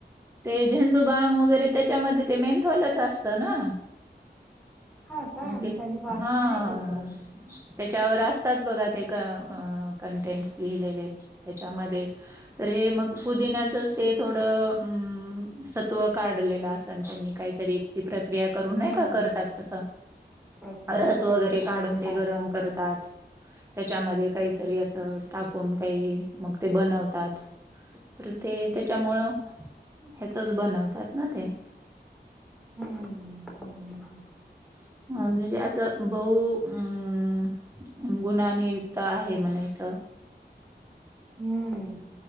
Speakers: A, on the right (about 15°); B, in the centre.
A: ते झेंडूबाम वगैरे त्याच्यामध्ये ते मेंथॉलच असतं ना
B: हा का
A: ते
B: मी कधी वाचलं
A: हा
B: नाही त्याच्यावर
A: त्याच्यावर असतात बघा ते कंटेंटस लिहिलेले त्याच्यामध्ये तर हे मग पुदिन्याचच ते थोडं सत्व काढलेलं असतं त्यांनी काहीतरी ती प्रक्रिया करून
B: हम्म
A: नाही का करतात तसं
B: प्रक्रिया
A: रस
B: करून
A: वगैरे
B: त्याच्यामध्ये
A: काढून ते
B: टाकला
A: गरम
B: असेल
A: करतात. त्याच्यामध्ये काहीतरी असं टाकून काही मग ते बनवत. तर ते त्याच्यामुळे ह्याचच बनवतात ना ते
B: हम्म.
A: अ म्हणजे असं बहु अम गुणा नियुक्त आहे म्हणायचं.
B: हम्म.